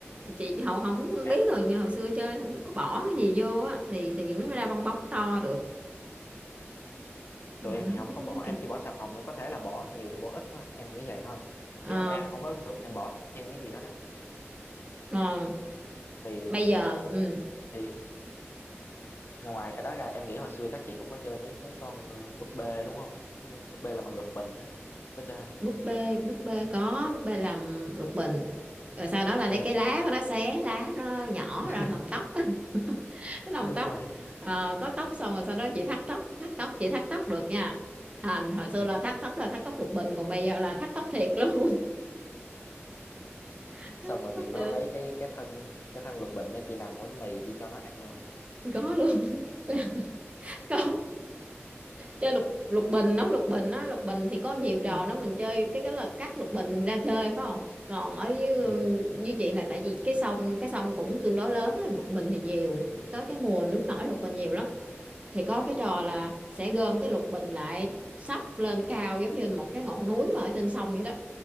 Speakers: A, on the right (about 25°); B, on the left (about 55°).
A: chị hậu không
B: em
A: biết rồi nhưng hồi xưa chơi là không có bỏ cái gì vô á thì thì nó mới ra bong bóng to được mình
B: tụi em thì
A: không
B: không
A: có
B: có
A: nhớ
B: bỏ
A: kìa
B: em chỉ bỏ xà phòng thôi có thể là bỏ nhiều hay bỏ ít thôi em nghĩ vậy thôi
A: ờ
B: chứ không, em không có ấn tượng em bỏ thêm cái gì hết á
A: ờ,
B: thì
A: bây giờ ừ,
B: thì ngoài cái đó ra em nghĩ hồi xưa chắc chị cũng có chơi mấy cái con ờ, búp bê đúng không Ừ, búp bê là bằng lục bình á có chơi không
A: búp bê búp bê có búp bê làm lục bình rồi sau đó là lấy
B: ừ
A: cái lá của nó xé lá nó nhỏ
B: <laughs>
A: ra làm tóc <laughs> làm
B: đúng
A: tóc
B: rồi
A: Ờ, có tóc xong rồi sau đó chị thắt tóc thắt tóc chị thắt tóc được nha à, hồi xưa
B: ừ.
A: là thắt tóc là thắt tóc lục bình còn bây giờ là thắt tóc thiệt luôn <laughs> thắt
B: xong rồi
A: tóc
B: chị
A: được
B: có lấy cái cái thân cái thân lục bình đó chị làm bánh mì chị cho nó ăn luôn không
A: có luôn <laughs> có chơi lục lục bình nó lục bình nó lục bình thì có nhiều trò
B: Ừ.
A: đó mình chơi cái cái là cắt lục bình ra chơi phải không còn ở như
B: ừ.
A: như chị là tại vì cái sông cái sông cũng tương đối lớn á, lục bình thì nhiều
B: ừ.
A: cái- tới cái mùa nước nổi lục bình nhiều lắm thì có cái trò là sẽ gom cái lục bình lại sắp lên cao giống như một cái ngọn núi mà ở trên sông vậy đó